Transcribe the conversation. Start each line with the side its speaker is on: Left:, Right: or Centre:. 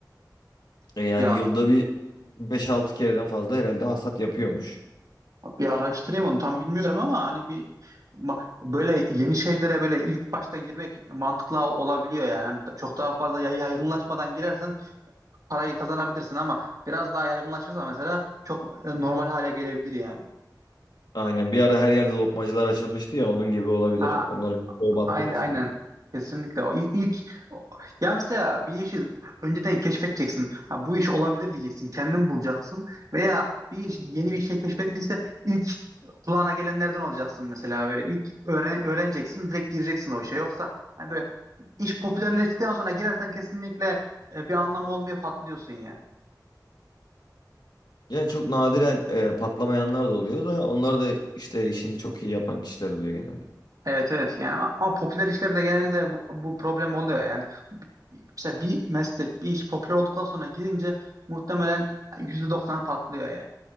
Left: e, yani
Right: Ya
Left: yılda bir beş altı kereden fazla herhalde hasat yapıyormuş.
Right: bir araştırayım onu tam bilmiyorum ama hani bir ma- böyle yeni şeylere böyle ilk başta girmek mantıklı ol- olabiliyor yani. Hani da- çok daha fazla yay- yaygınlaşmadan girersen parayı kazanabilirsin ama biraz daha yaygınlaşırsa mesela çok e, normal hale gelebilir yani.
Left: Aynen bir ara her yerde lokmacılar açılmıştı ya onun gibi olabilir.
Right: Ha
Left: Onların çoğu battı
Right: Aynen
Left: mesela.
Right: aynen. Kesinlikle. O ilk, ilk ya mesela bir işi önceden keşfedeceksin. Ha, bu iş olabilir diyeceksin. Kendin bulacaksın. Veya bir iş, yeni bir şey keşfedildiyse ilk kulağına gelenlerden olacaksın mesela böyle. İlk öğren, öğreneceksin, direkt gireceksin o işe. Yoksa hani böyle iş popülerleştikten sonra girersen kesinlikle e, bir anlamı olmuyor, patlıyorsun ya.
Left: Yani çok nadiren e, patlamayanlar da oluyor da onlar da işte işini çok iyi yapan kişiler oluyor genelde.
Right: Evet evet yani ama, ama popüler işlerde genelde bu, bu problem oluyor. Yani mesela bir meslek, bir iş popüler olduktan sonra girince muhtemelen yüzde doksanı patlıyor yani.